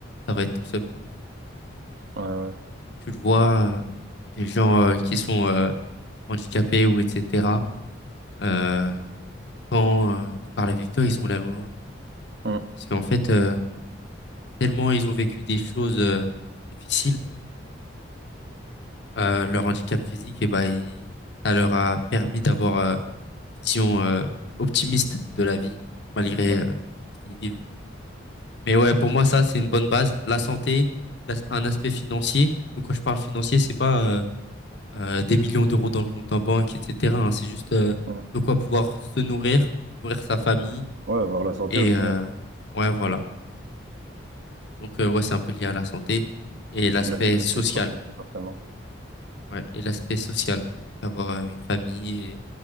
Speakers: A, on the left; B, on the right.
A: ça va être ton seul problème.
B: Ouais, ouais.
A: Tu le vois, euh, les gens euh, qui sont euh, handicapés ou etc., euh, quand euh, ils parlent avec toi, ils sont malheureux.
B: Hum.
A: Parce qu'en fait, euh, tellement ils ont vécu des choses euh, difficiles, euh, leur handicap physique, et ben, il- ça leur a permis d'avoir euh, une vision euh, optimiste de la vie, malgré
B: ouais.
A: euh, ce qu'ils vivent. Mais ouais, pour moi, ça,
B: Ouais,
A: c'est une bonne base. La santé, la- un aspect financier. Donc, quand je parle financier, c'est pas euh, euh, des millions d'euros dans le compte en banque, etc. hein. C'est juste euh,
B: Ouais,
A: de quoi pouvoir se nourrir, nourrir sa famille.
B: ouais, avoir la santé
A: Et
B: au final.
A: euh, ouais, voilà. Donc, euh, ouais, c'est un peu lié à la santé et l'aspect
B: hein. Et la santé
A: social.
B: de tes proches aussi, forcément.
A: Ouais, et l'aspect social. Avoir euh, une famille et